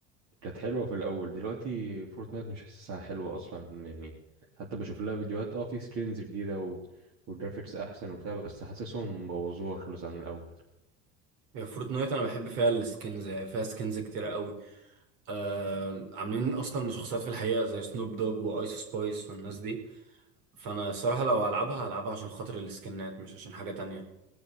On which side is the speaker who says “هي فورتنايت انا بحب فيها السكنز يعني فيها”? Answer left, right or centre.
Right